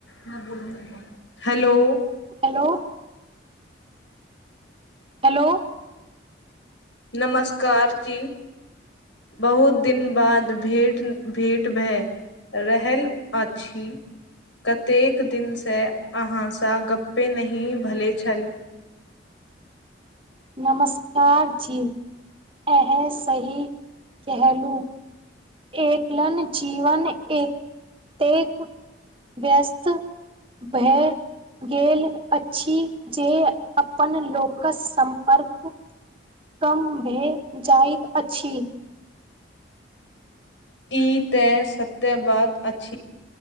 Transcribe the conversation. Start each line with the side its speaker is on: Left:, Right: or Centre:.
Left: न भोल <unintelligible> hello!
Right: Hello hello!
Left: नमस्कार जी! बहुत दिन बाद भेट। भेट भए रहल अछि, कतेक दिन से अहाँसा गप्पे नही भले छल।
Right: नमस्कार जी! एह सही कलहुँ। एकलन जीवन एतेक व्यस्त भए गेल अछि, जे अपन लोकक सम्पर्क कम भए जाइत अछि।
Left: ई तऽ सत्य बात अछि।